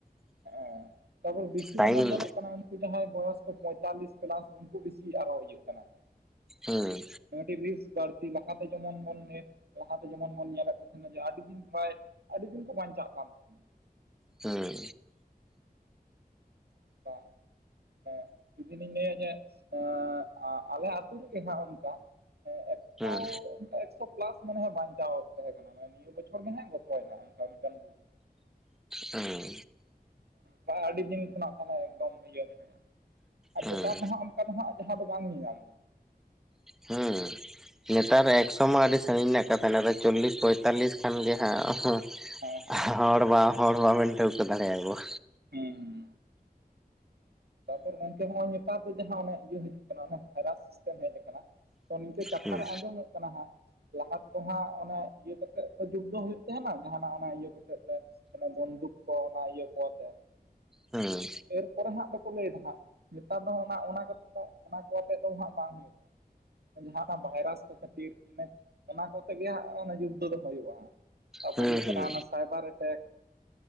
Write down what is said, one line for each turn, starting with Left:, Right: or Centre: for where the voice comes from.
Right: <unintelligible> ᱛᱚᱵᱮ ᱵᱤᱥᱤ
Centre: ᱴᱟᱭᱤᱢ
Right: ᱮᱢᱚᱱ ᱧᱮᱞᱚᱜ ᱠᱟᱱᱟ, ᱩᱱᱠᱩ ᱡᱟᱦᱟᱸᱭ ᱵᱚᱭᱚᱥ ᱠᱚ ᱯᱚᱸᱭᱛᱟᱞᱞᱤᱥ ᱯᱞᱟᱥ ᱩᱱᱠᱩ ᱵᱤᱥᱤ ᱟᱨᱚ ᱤᱭᱟᱹᱜ ᱠᱟᱱᱟ ᱠᱚ᱾
Centre: ᱦᱩᱸ᱾
Right: ᱟᱰᱤ ᱵᱤᱥ ᱵᱟᱲᱛᱤ ᱞᱟᱦᱟ ᱛᱮ ᱡᱮᱢᱚᱱ ᱢᱚᱱ ᱱᱮ ᱞᱟᱦᱟᱛᱮ ᱡᱮᱢᱚᱱ ᱵᱚᱱ ᱧᱮᱞᱮᱫ ᱠᱚ ᱛᱟᱦᱮᱱᱟ, ᱡᱮ ᱟᱹᱰᱤ ᱫᱤᱱ ᱯᱨᱟᱭ ᱟᱹᱰᱤ ᱫᱤᱱ ᱠᱚ ᱵᱟᱧᱪᱟᱜ ᱠᱟᱱ ᱛᱟᱦᱮᱱᱟ᱾
Centre: ᱦᱩᱸ᱾
Right: ᱵᱟ ᱦᱮ ᱡᱩᱫᱤ ᱞᱤᱧ ᱞᱟᱹᱭᱟ ᱡᱮ ᱦᱮᱸ, ᱟᱞᱮ ᱟᱛᱳ ᱨᱮᱜᱮ ᱱᱟᱜ ᱚᱱᱠᱟ ᱮᱠᱥᱚ-ᱚᱱᱠᱟ
Centre: ᱦᱩᱸ
Right: ᱮᱠᱥᱚ ᱯᱞᱟᱥ᱾ ᱢᱚᱱᱮ ᱦᱚᱭ ᱵᱟᱧᱪᱟᱣ ᱛᱟᱦᱮᱸ ᱠᱟᱱᱟ᱾ ᱢᱟᱱᱮ ᱱᱤᱭᱟᱹ ᱵᱚᱪᱷᱚᱨ ᱜᱮ ᱦᱟᱜ ᱜᱚᱛᱚᱭᱮᱱᱟ᱾ ᱚᱱᱠᱟ ᱢᱤᱫᱴᱟᱱ ᱵᱩᱲᱦ
Centre: ᱦᱩᱸ᱾
Right: ᱢᱟᱱᱮ ᱟᱹᱰᱤ ᱫᱤᱱ ᱠᱷᱚᱱᱟᱜ ᱢᱟᱱᱮ ᱮᱠᱫᱚᱢ ᱤᱭᱟᱹ ᱢᱮᱱᱟᱭᱟ ᱟᱨ
Centre: ᱦᱩᱸ
Right: ᱱᱮᱛᱟᱨ ᱫᱚ ᱦᱟᱸᱜ ᱚᱱᱠᱟ ᱫᱚ ᱦᱟᱸᱜ ᱡᱟᱦᱟ ᱫᱚ ᱵᱟᱝ ᱧᱮᱧᱟᱢᱚᱜ-ᱟ᱾
Centre: ᱦᱮᱸ᱾ ᱱᱮᱛᱟᱨ ᱮᱠᱥᱚ ᱢᱟ ᱟᱹᱰᱤ ᱥᱟᱺᱜᱤᱧ ᱨᱮᱱᱟᱜ ᱠᱟᱛᱷᱟ, ᱱᱮᱛᱟᱨ ᱪᱚᱞᱞᱤᱥ ᱯᱚᱸᱭᱛᱟᱞᱞᱤᱥ ᱠᱷᱟᱱ ᱜᱮ ᱦᱟᱸᱜ
Right: ᱦᱮᱸ ᱦᱮᱸ
Centre: ᱦᱚᱲ ᱵᱟ ᱦᱚᱲ ᱵᱟᱵᱮᱱ ᱴᱷᱟᱹᱣᱠᱟᱹ ᱫᱟᱲᱮᱭᱟᱠᱚᱣᱟ᱾
Right: ᱦᱩᱸ᱾ ᱛᱟᱯᱚᱨ ᱜᱚᱝᱠᱮ ᱱᱚᱜᱼᱚᱭ ᱱᱮᱛᱟᱨ ᱫᱚ ᱡᱟᱦᱟᱸ ᱤᱭᱟᱹ ᱦᱤᱡᱩᱜ ᱠᱟᱱᱟ, ᱚᱱᱟ ᱵᱷᱟᱭᱨᱟᱥ ᱥᱤᱥᱴᱮᱢ ᱦᱮᱡ ᱟᱠᱟᱱᱟ᱾ ᱛᱚ ᱱᱤᱝᱠᱟᱹ ᱠᱟᱛᱷᱟ
Centre: ᱦᱩᱸ
Right: ᱨᱮ ᱟᱸᱡᱚᱢᱚᱜ ᱠᱟᱱᱟ ᱦᱟᱸᱜ ᱞᱟᱦᱟ ᱛᱮᱫᱚ ᱦᱟᱸᱜ ᱚᱱᱮ ᱤᱭᱟᱹ ᱠᱟᱛᱮᱫ ᱛᱚ ᱡᱩᱫᱽᱫᱷᱚ ᱦᱩᱭᱩᱜ ᱛᱟᱦᱮᱱᱟ᱾ ᱡᱟᱦᱟᱱᱟᱜ ᱚᱱᱟ ᱤᱭᱟᱹ ᱠᱟᱛᱮᱫ ᱛᱮ᱾ ᱢᱟᱱᱮ ᱵᱚᱱᱫᱩᱠ ᱠᱚ ᱚᱱᱟ ᱤᱭᱟᱹ ᱠᱚ ᱟᱛᱮ
Centre: ᱦᱩᱸ
Right: ᱮᱨᱯᱚᱨᱮ ᱦᱟᱸᱜ ᱫᱚ ᱞᱟᱹᱭᱮᱫᱟ ᱦᱟᱸᱜ, ᱱᱮᱛᱟᱨ ᱫᱚ ᱚᱱᱟ ᱠᱚ ᱟᱛᱮ ᱫᱚ ᱚᱱᱟ ᱠᱚ ᱟᱛᱮ ᱫᱚ ᱦᱟᱸᱜ ᱵᱟᱝ ᱦᱩᱭᱩᱜᱼᱟ᱾ ᱡᱟᱦᱟᱸ ᱚᱱᱟ ᱵᱷᱟᱭᱨᱟᱥ ᱠᱚ ᱠᱷᱟᱹᱛᱤᱨ, ᱤᱱᱟᱹ ᱚᱱᱟ ᱠᱚᱛᱮᱜᱮ ᱦᱟᱸᱜ ᱚᱱᱟ ᱡᱩᱫᱽᱫᱷᱚ ᱫᱚ ᱦᱩᱭᱩᱜᱼᱟ ᱦᱟᱸᱜ᱾ ᱛᱟᱨᱯᱚᱨ
Centre: ᱦᱩᱸ
Right: ᱦᱩᱭᱩᱜ ᱠᱟᱱᱟ
Centre: ᱦᱩᱸ
Right: ᱚᱱᱟ ᱥᱟᱭᱵᱟᱨ ᱮᱴᱮᱠ᱾